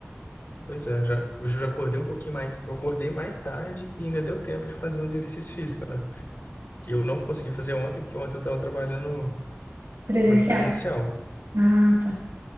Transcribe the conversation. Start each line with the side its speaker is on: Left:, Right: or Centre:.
Left: pois é, já, hoje eu já acordei um pouquinho mais, eu acordei mais tarde e ainda deu tempo de fazer um exercício físico, né? Que eu não consegui fazer ontem, porque ontem eu tava trabalhando,
Right: Presencial.
Left: trabalhando presencial.
Right: Ah, tá.